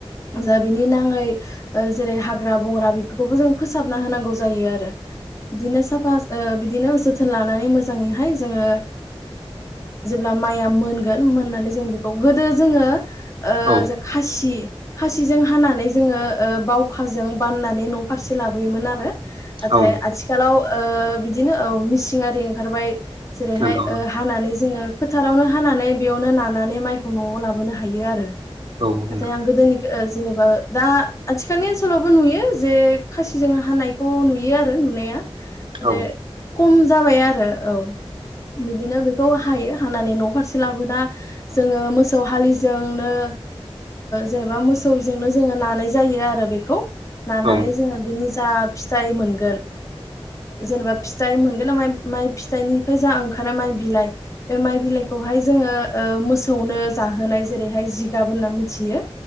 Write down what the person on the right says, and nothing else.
औ
औ
नंगौ
औ नंगौ
औ
औ